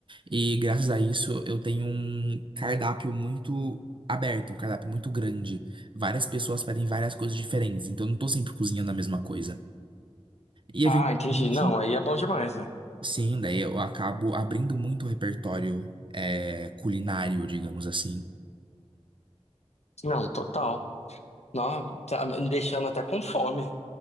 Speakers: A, on the right; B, on the left.
A: E graças a isso eu tenho um cardápio muito aberto, um cardápio muito grande. Várias pessoas pedem várias coisas diferentes, então eu não tô sempre cozinhando a mesma coisa. E
B: Ah,
A: eventualmente
B: entendi. Não, aí é bom demais, né?
A: Sim, daí eu acabo abrindo muito o repertório é, culinário, digamos assim.
B: Não, total. Não, tá me deixando até com fome.